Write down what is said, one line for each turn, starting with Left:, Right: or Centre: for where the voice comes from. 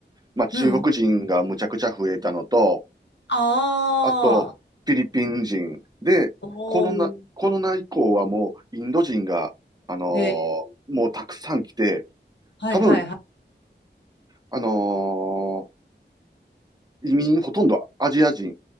Right: まあ中国人がむちゃくちゃ増えたのと、
Left: うん。ああ、
Right: あと、フィリピン人で、
Left: おー、
Right: コロナ、コロナ以降はもうインド人が、あのー
Left: へえ。
Right: もうたくさん来て、
Left: はいはい
Right: 多分、あのー移民ほとんどアジア人